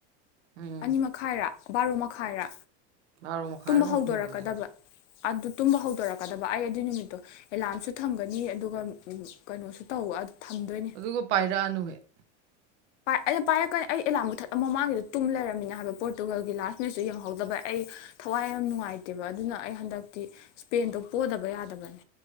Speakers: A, on the right (about 65°); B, on the left (about 75°).
A: ꯎꯝ
B: ꯑꯅꯤ ꯃꯈꯥꯏꯔꯥ ꯕꯥꯔꯣ ꯃꯈꯥꯏꯔꯥ
A: ꯕꯥꯔꯣ ꯃꯈꯥꯏꯔꯒꯨꯝꯕ
B: ꯇꯨꯝꯕ ꯍꯧꯗꯣꯔꯛꯀꯗꯕ
A: ꯍꯧꯕꯅꯦ
B: ꯑꯗꯨ ꯇꯨꯝꯕ ꯍꯧꯗꯣꯔꯛꯀꯗꯕ ꯑꯩ ꯑꯗꯨꯏ ꯅꯨꯃꯤꯠꯇꯣ ꯑꯦꯂꯥꯔꯝꯁꯨ ꯊꯝꯒꯅꯤ ꯑꯗꯨꯒ ꯀꯩꯅꯣꯁꯨ ꯇꯧ ꯊꯝꯗꯣꯏꯅꯦ
A: ꯑꯗꯨꯒ ꯄꯥꯏꯔꯛꯑꯅꯨ ꯍꯦꯛ
B: ꯑꯗꯣ ꯄꯥꯏꯔꯛꯀꯅꯤ ꯑꯩ ꯑꯦꯂꯥꯝ ꯃꯨꯊꯠꯂꯝ ꯃꯃꯥꯡꯒꯤꯗꯣ ꯇꯨꯝ ꯂꯩꯔꯝꯃꯤꯅꯤꯅ ꯍꯥꯏꯕ ꯄꯣꯔꯇꯨꯒꯜꯒꯤ ꯂꯥꯁ ꯃꯦꯠꯆꯇꯨ ꯌꯦꯡꯍꯧꯗꯕ ꯑꯩ ꯊꯋꯥꯏ ꯌꯥꯝ ꯅꯨꯡꯉꯥꯏꯇꯦꯕ ꯑꯗꯨꯅ ꯑꯩ ꯍꯟꯗꯛꯇꯤ ꯁ꯭ꯄꯦꯟꯗꯣ ꯄꯣꯗꯕ ꯌꯥꯗꯕꯅꯦ